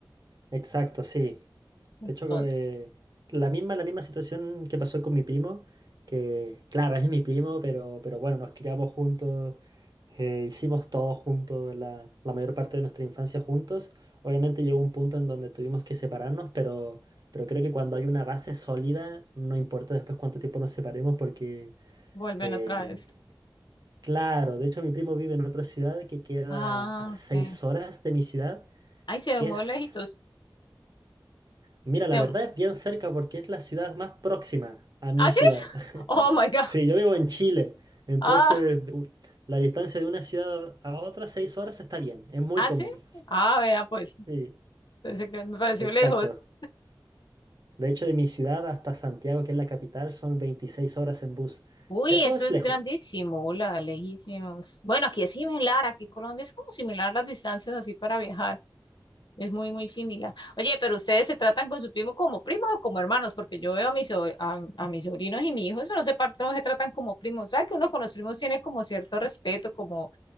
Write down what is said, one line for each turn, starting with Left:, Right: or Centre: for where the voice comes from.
Right: Exacto, sí.
Left: Entonces,
Right: De hecho, eh, la misma, la misma situación que pasó con mi primo, que claro, es mi primo, pero, pero bueno, nos criamos juntos, eh, hicimos todo juntos, la, la mayor parte de nuestra infancia juntos. Obviamente llegó un punto en donde tuvimos que separarnos, pero, pero creo que cuando hay una base sólida, no importa después cuánto tiempo nos separemos, porque
Left: vuelven
Right: em,
Left: otra vez.
Right: claro, de hecho mi primo vive en otra ciudad que queda
Left: Ah,
Right: a seis
Left: ok.
Right: horas de mi ciudad,
Left: Ay, se
Right: que
Left: ven muy
Right: es...
Left: lejitos.
Right: Mira,
Left: Se...
Right: la verdad es bien cerca porque es la ciudad más próxima a mi
Left: ¿Ah,
Right: ciudad.
Left: sí?
Right: <laughs>
Left: Oh, my God.
Right: Sí, yo vivo en Chile, entonces
Left: Ah,
Right: u- la distancia de una ciudad a otra, seis horas, está bien, es muy
Left: ¿Ah,
Right: común.
Left: sí? Ah, vea, pues.
Right: Sí,
Left: Pensé que me pareció
Right: exacto.
Left: lejos.
Right: De hecho, de mi ciudad hasta Santiago, que es la capital, son veintiséis horas en bus.
Left: Uy,
Right: Eso
Left: eso
Right: es
Left: es
Right: lejos.
Left: grandísimo, hola, lejísimos. Bueno, aquí es similar, aquí en Colombia es como similar las distancias así para viajar, es muy, muy similar. Oye, pero ustedes se tratan con su primo como primos o como hermanos, porque yo veo a mis, so- a, a mis sobrinos y mi hijo, eso no se, par- no se tratan como primos, ¿sabes? Que uno con los primos tiene como cierto respeto, como